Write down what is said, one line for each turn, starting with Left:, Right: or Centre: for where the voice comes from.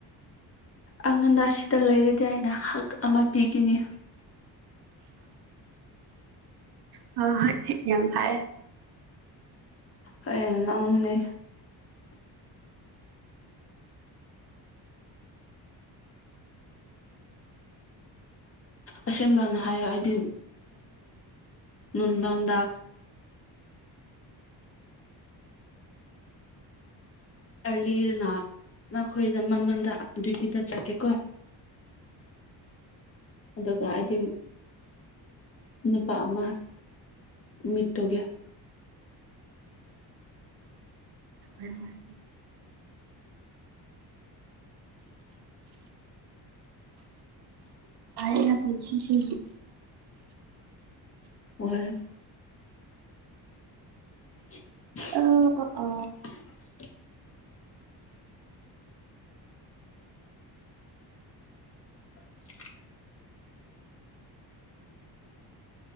Left: ꯑꯉꯟꯗ ꯑꯁꯤꯗ ꯂꯩꯔꯗꯤ ꯑꯅ ꯍꯛ ꯑꯃ ꯄꯤꯈꯤꯅꯤ
Right: ꯍ ꯍꯣꯏ ꯌꯥꯝꯦꯝ ꯐꯥꯏ
Left: ꯅꯦ ꯑꯁꯦꯡꯕꯅ ꯍꯥꯏ ꯍꯥꯏꯗꯤ ꯎ ꯗꯥꯝꯗ ꯑꯔꯂꯤꯔꯅ ꯅꯈꯣꯏꯗ ꯃꯃꯟꯗ ꯑꯗꯨꯇꯤꯗ ꯆꯠꯀꯦꯀꯣ ꯑꯗꯨꯒ ꯍꯥꯏꯗꯤꯝ ꯅꯨꯄꯥ ꯑꯃ ꯃꯤꯠꯇꯣꯦ
Right: ꯎꯝ ꯀꯔ ꯄꯨꯟꯁꯤ ꯁꯤ
Left: ꯑꯣꯏ <inaudible>
Right: ꯑ ꯑ
Left: <inaudible>